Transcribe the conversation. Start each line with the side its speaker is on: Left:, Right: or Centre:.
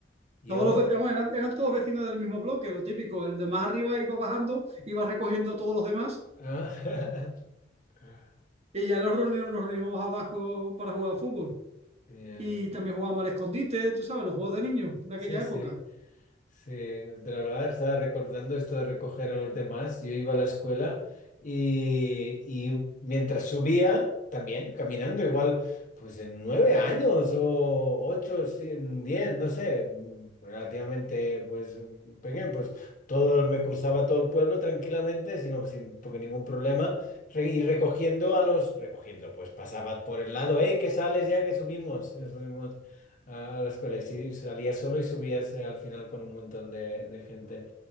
Left: yo...
Right: Todos los vecinos eran, eran todos vecinos del mismo bloque, lo típico. El de más arriba iba bajando, iba recogiendo a todos los demás,
Left: ah. <laughs>
Right: y ya nos reuníamos, nos reuníamos abajo para jugar al fútbol.
Left: Ya,
Right: Y también jugábamos al escondite, tú sabes, los juegos de niños de aquella
Left: Sí, sí,
Right: época.
Left: sí. Entre hablar estaba recordando esto de recoger a los demás. Yo iba a la escuela y, y mientras subía, también caminando, igual, pues en nueve años o ocho, sí, en diez, no sé, relativamente pues pequeño, pues todo, me cruzaba todo el pueblo tranquilamente, sino sin porque ningún problema, re- y recogiendo a los, recogiendo, pues pasaba por el lado, hey, que sales ya que subimos, subimos. a a la escuela y sí, salías solo y subías eh, al final con un montón de, de gente.